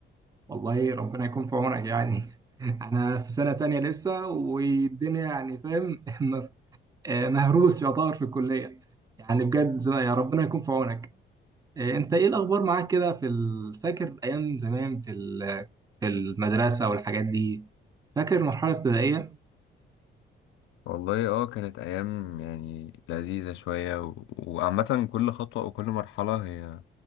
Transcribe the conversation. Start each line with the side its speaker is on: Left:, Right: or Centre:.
Right: والله ربنا يكون في عونك يعني <laughs> أنا في سنة تانية لسه والدنيا يعني فاهم <laughs> مف- آه، مهروس يعتبر في الكلية يعني بجد زي يا ربنا يكون في عونك أه أنت إيه الأخبار معاك كده في ال- فاكر أيام زمان في ال- في المدرسة والحاجات دي فاكر المرحلة الابتدائية؟
Left: والله اه كانت ايام يعني لذيذة شوية و... وعامة كل خطوة او كل مرحلة هي